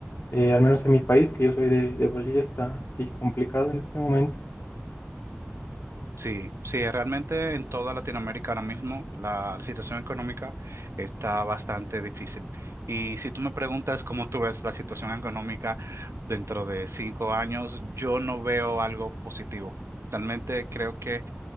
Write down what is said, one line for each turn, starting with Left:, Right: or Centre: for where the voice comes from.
Left: eh, al menos en mi país, que yo soy de, de Bolivia, está sí complicado en este momento.
Right: Sí, sí, realmente en toda Latinoamérica ahora mismo la situación económica está bastante difícil. Y si tú me preguntas cómo tú ves la situación económica dentro de cinco años, yo no veo algo positivo. Realmente creo que